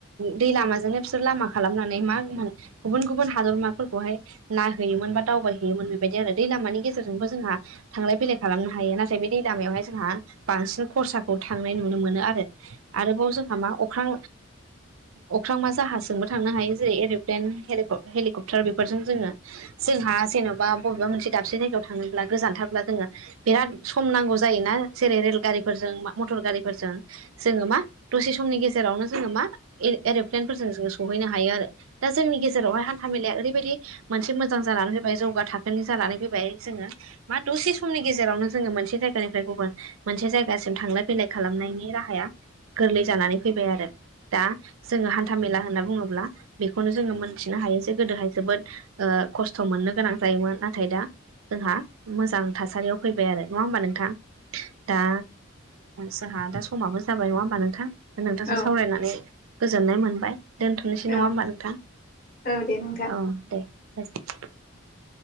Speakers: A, on the right; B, on the left.
A: दै लामाजोंनो बिसोर लामा खालामनानै मा गुबुन गुबुन हादरमाफोरखौहाय नायहैयोमोन बा दावबायहैयोमोन बेबायदि आरो दै ला लामानि गेजेरजोंबो जोंहा थांलाय फैलाय खालामनो हायो नाथाय बे दै लामायावहाय जोंहा बांसिन खरसाखौ नाय नुनो मोनो आरो आरोबाव जोंहा मा अख्रां अख्रां मा जाहाजजोंबो थांनो हायो जेरै एर'प्लेन हेलिकप्टार बेफोरजों जोङो जायहा जेन'बा बबेबा मोनसे दाबसे जायगायाव थानोब्ला गोजानथारब्ला जोङो बिराद सम नांगौ जायोना। जेरै रेल गारिफोरजों मथर गारिफोरजों जोङो मा दसे समनि गेजेरावनो जोङो मा एर'प्लेनफोरजों जों सहैनो हायो आरो दा जोंनि गेजेरावहाय हान्था मेलाया ओरैबायदि मोनसे मोजां जानानै फैबाय जौगा थाखोनि जानानै फैबाय जोङो मा दसे समनि गेजेराव गेजेरावनो जोङो मोनसे जायगानिफ्राय गुबुन मोनसे जायगासिम थांलाय फैलाय खालामनायनि राहाया गोरलै जानानै फैबाय आरो दा जोङो हान्थाामेला होनना बुङोब्ला बेखौनो जोङो मोनथिनो हायो जे गोदोहाय जोबोद खस्थ' मोननो गोनां जायोमोन नाथाय दा जोंहा मोजां थासारियाव फैबाय आरो नङा होमबा नोंथां? दा जोंहा दा समाबो जाबाय नङा होमबा नोंथां। नोंथांजों
B: औ
A: सावरायनानै गोजोननाय मोनबाय। दोन्थ'नोसै
B: औ
A: नङा होमबा नोंथां
B: औ दे नोंथां
A: औ दे।